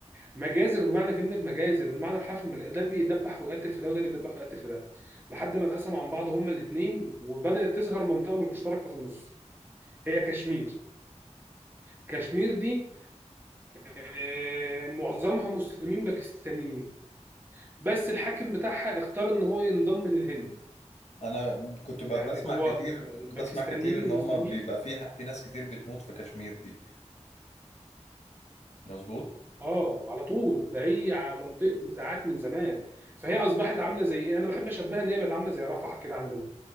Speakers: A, on the right (about 15°); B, on the left (about 65°).
A: مجازر بمعنى كلمة مجازر المعنى الحرفي المج... ده بيدبح ويقتل في ده وده بيدبح ويقتل في ده لحد ما انقسموا عن بعض هما الاثنين وبدأت تظهر منطقة مشتركة في النص هي كشمير كشمير دي آه، معظمها مسلمين باكستانيين بس الحاكم بتاعها اختار ان هو ينضم للهند
B: أنا كنت ب-
A: يعني
B: بسمع
A: هو
B: كتير
A: آه، الباكستانيين
B: بسمع كتير إن
A: المسلمين
B: هما بيبقى في ح- في ناس كتير بتموت في كشمير دي مظبوط
A: اه على طول ده هي ع- منطقه نزاعات من زمان فهي اصبحت عامله زي ايه انا بحب اشبهها ان هي بقت عامله زي رفح كده عندنا